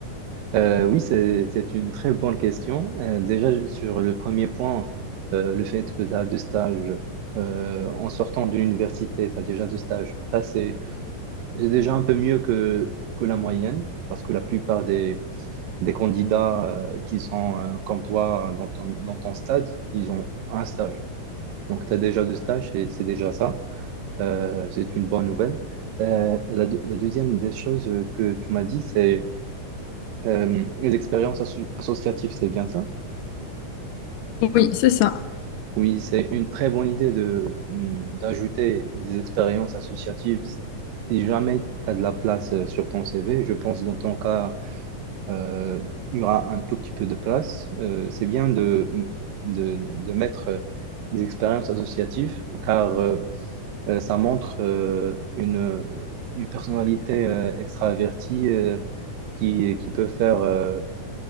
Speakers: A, on the right (about 85°); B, on the left (about 75°).
A: Euh, oui c'est, c'est une très bonne question. Euh, déjà, sur le premier point, euh, le fait que tu as deux stages euh, en sortant de l'université, tu as déjà deux stages. Ça, c'est c'est déjà un peu mieux que, que la moyenne, parce que la plupart des, des candidats euh, qui sont euh, comme toi dans ton, dans ton stade, ils ont un stage. Donc, tu as déjà deux stages et c'est déjà ça. Euh, c'est une bonne nouvelle. Euh, et la, deux- la deuxième des choses euh, que tu m'as dit, c'est euh, les expériences asso- associatives, c'est bien ça?
B: Oui, c'est ça.
A: Oui, c'est une très bonne idée de, mm, d'ajouter des expériences associatives. Si jamais tu as de la place euh, sur ton CV, je pense dans ton cas, euh, il y aura un tout petit peu de place. Euh, c'est bien de, de, de mettre euh, des expériences associatives, car euh, Euh, ça montre euh, une, une personnalité euh, extravertie euh, qui, qui peut faire euh,